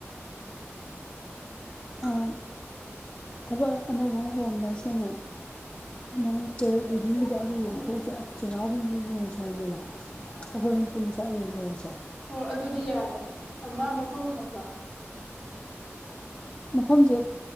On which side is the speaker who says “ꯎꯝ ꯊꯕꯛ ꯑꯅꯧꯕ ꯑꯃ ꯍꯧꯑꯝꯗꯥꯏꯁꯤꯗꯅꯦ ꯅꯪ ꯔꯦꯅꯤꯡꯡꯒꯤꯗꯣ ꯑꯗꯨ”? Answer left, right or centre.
Left